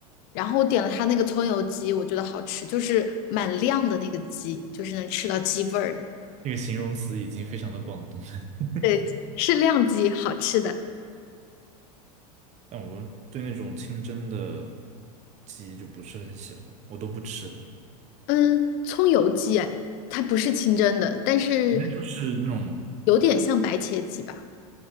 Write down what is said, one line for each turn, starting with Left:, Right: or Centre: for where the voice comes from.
Left: 然后我点了它那个葱油鸡，我觉得好吃，就是蛮亮的那个鸡，就是能吃到鸡味儿的。
Right: 那个形容词已经非常的广东了。<laughs>
Left: 对，是亮鸡，好吃的。
Right: 但我对那种清蒸的鸡就不是很喜欢，我都不吃的。
Left: 嗯，葱油鸡，哎，它不是清蒸的，但是
Right: 反正就是那种，
Left: 有点像白切鸡吧？